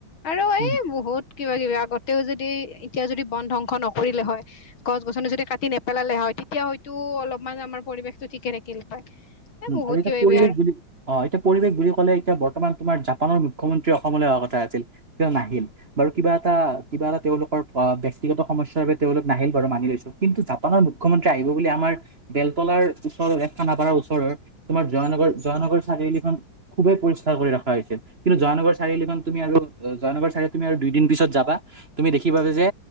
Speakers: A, on the left (about 80°); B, on the right (about 35°).
A: আৰু
B: উম
A: এই
B: <inaudible>
A: বহুত কিবা কিবি আগতেও যদি এতিয়া যদি বন ধ্বংস নকৰিলে হয় গছ গছনি যদি কাটি নেপেলালে হয় তেতিয়া হয়তো অলপমান আমাৰ পৰিৱেশতটো ঠিকে থাকিল হয়। এ
B: উম
A: বহুত
B: আৰু এতিয়া
A: কিবা কিবি
B: পৰিৱেশ
A: আৰু
B: বুলি অ এতিয়া পৰিৱেশ বুলি কলে এতিয়া বৰ্তমান তোমাৰ জাপানৰ মুখ্যমন্ত্ৰী অসমলৈ অহা কথা আছিল কিন্তু নাহিল। বাৰু কিবা এটা কিবা এটা তেওঁলোকৰ অ ব্যক্তিগত সমস্যাৰ বাবে তেওঁলোক নাহিল বাৰু মানি লৈছো। কিন্তু জাপানৰ মুখ্যমন্ত্ৰী আহিব বুলি আমাৰ বেলতলাৰ ওচৰৰ এ খানাপাৰঐ ওচ ওচৰৰ তোমাৰ জয়ানগৰ-জয়ানগৰ চাৰিআলিখন খুবেই পৰিষ্কাৰ কৰি ৰখা হৈছে। কিন্তু জয়ানগৰ চাৰিআলিখন তুমি আৰু জয়ানগৰ চাৰি তুমি আৰু দুইদিন পিছত যাবা তুমি দেখিবা যে